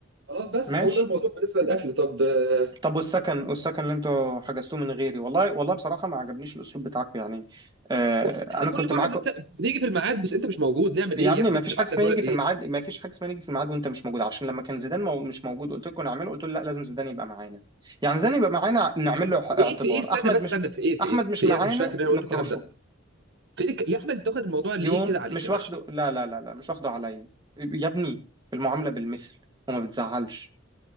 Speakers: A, on the right; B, on the right.
A: خلاص بس
B: ماشي
A: فهو ده الموضوع بالنسبه للاكل طب آه،
B: طب والسكن والسكن اللي انتوا حجزتوه من غيري والله والله بصراحة ما عجبنيش الاسلوب بتاعكم يعني آه
A: بص احنا
B: انا
A: كل
B: كنت
A: مره
B: معاك
A: بنت... بنيجي في الميعاد بس انت مش موجود نعمل
B: يا
A: ايه
B: ابني
A: يعني
B: ما فيش
A: هنبعت
B: حاجه اسمها
A: لك نقول
B: نيجي
A: لك
B: في
A: ايه
B: الميعاد ما فيش حاجه اسمها نيجي في الميعاد وانت مش موجود عشان لما كان زيدان مو مش موجود قلت لكم نعمله قلت له لا لازم زيدان يبقى معانا يعني زيدان يبقى معانا نعمل له اعتبار
A: ايه في ايه استنى
B: احمد
A: بس
B: مش
A: استنى في ايه في
B: احمد
A: ايه
B: مش
A: في
B: معانا
A: ايه انا مش فاكر إن انا
B: نكرشه
A: قلت الكلام ده في إيه؟ يا احمد انت واخد الموضوع ليه
B: يوم
A: كده عليك
B: مش
A: يا باشا
B: واخده لا لا لا لا مش واخده عليا يا ابني المعامله بالمثل وما بتزعلش